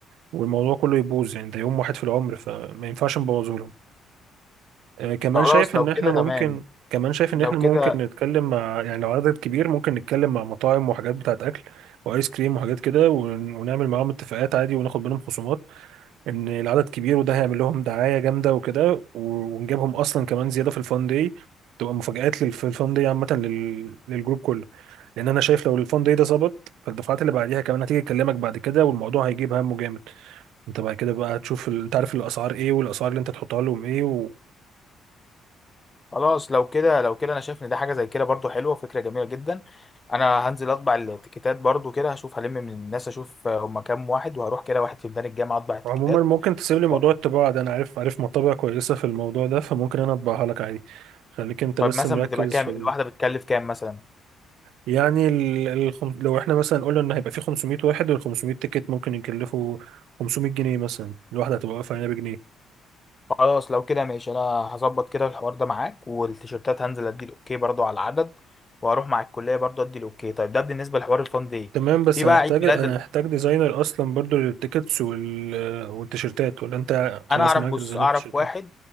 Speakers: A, on the right (about 80°); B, on the left (about 25°).
A: والموضوع كله يبوظ يعني ده يوم واحد في العمر فما ينفعش نبوظه لهم آه كمان
B: خلاص
A: شايف ان
B: لو كده
A: احنا ممكن
B: تمام
A: كمان شايف ان
B: لو
A: احنا ممكن
B: كده
A: نتكلم مع يعني لو عدد كبير ممكن نتكلم مع مطاعم وحاجات بتاعت اكل وايس كريم وحاجات كده ون... ونعمل معاهم اتفاقات عادي وناخد منهم خصومات ان العدد كبير وده هيعمل لهم دعايه جامده وكده و- ونجيبهم اصلا كمان زياده في الفان داي تبقى مفاجآت لل- في الفان داي عامه لل... للجروب كله لان انا شايف لو الفان داي ده ظبط فالدفعات اللي بعديها كمان هتيجي تكلمك بعد كده والموضوع هيجيب همه جامد انت بعد كده بقى هتشوف ال... انت عارف الاسعار ايه والاسعار اللي انت تحطها لهم ايه و...
B: خلاص لو كده لو كده انا شايف ان ده حاجه زي كده برضو حلوه وفكره جميله جدا انا هنزل اطبع التيكيتات برضو كده هشوف هلم من الناس اشوف هم كام واحد وهروح كده واحد في ميدان الجامعه اطبع التيكيتات
A: وعموما ممكن تسيب لي موضوع
B: و-
A: الطباعه ده انا عارف عارف مطابع كويسه في الموضوع ده فممكن انا اطبعها لك عادي خليك انت
B: طيب
A: بس
B: مثلا
A: مركز
B: بتبقى كام
A: في
B: الواحده بتكلف كام مثلا
A: يعني ال... الخم... لو احنا مثلا قلنا ان هيبقى في 500 واحد وال 500 تيكت ممكن يكلفوا 500 جنيه مثلا الواحده هتبقى واقفه هنا بجنيه
B: خلاص لو كده ماشي انا هظبط كده الحوار ده معاك والتيشيرتات هنزل ادي الاوكي برضو على العدد وهروح مع الكليه برضو ادي الاوكي طيب ده بالنسبه لحوار الفان دي
A: تمام بس
B: في بقى
A: هنحتاج
B: عيد ميلاد
A: هنحتاج ديزاينر اصلا برضو للتيكتس وال... والتيشيرتات ولا انت خلاص
B: انا اعرف
A: معاك
B: بص
A: ديزاينر
B: اعرف
A: التيشيرتات
B: واحد